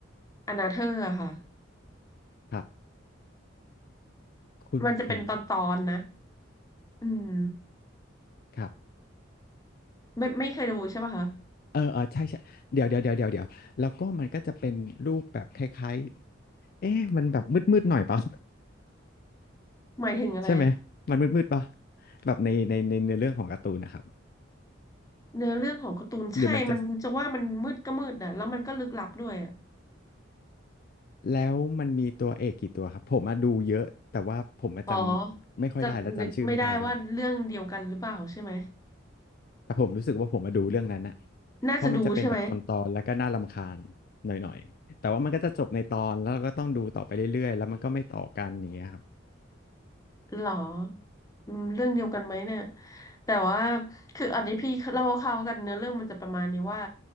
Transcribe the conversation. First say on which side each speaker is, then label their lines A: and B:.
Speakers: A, on the left (about 20°); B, on the left (about 50°).
A: อนาเธอร์อะค่ะ
B: ครับคุณคุณ
A: มันจะเป็นตอนตอนนะอืม
B: ครับ
A: ไม่ไม่เคยดูใช่ป่ะคะ
B: เออเออใช่ใช่เดี๋ยวเดี๋ยวเดี๋ยวเดี๋ยวเดี๋ยวแล้วก็มันก็จะเป็นรูปแบบคล้ายๆเอ๊ะมันแบบมืดๆหน่อยเปล่า
A: หมายถึงอะไร
B: ใช่ไหมมันมืดๆปะแบบในในในเนื้อเรื่องของการ์ตูนนะครับ
A: เนื้อเรื่องของการ์ตูนใช่มันจะว่ามันมืดก็มืดนะแล้วมันก็ลึกลับด้วยอะ
B: หรือมันจะแล้วมันมีตัวเอกกี่ตัวครับผมมาดูเยอะแต่ว่าผมมาจำไม่ค่อยได้และจำชื่อไม่ได้ด้วย
A: อ๋อจะนึกไม่ได้ว่าเรื่องเดียวกันหรือเปล่าใช่ไหม
B: แต่ผมรู้สึกว่าผมมาดูเรื่องนั้นอะ
A: น่าจะดูใช่ไหม
B: เพราะมันจะเป็นแบบตอนๆแล้วก็น่ารำคาญหน่อยๆแต่ว่ามันก็จะจบในตอนแล้วเราก็ต้องดูต่อไปเรื่อยๆแล้วมันก็ไม่ต่อกันอย่างเงี้ยครับ
A: หรออืมเรื่องเดียวกันไหมเนี่ยแต่ว่าคืออันนี้พี่เล่าคร่าวๆกันเนื้อเรื่องมันจะประมาณนี้ว่า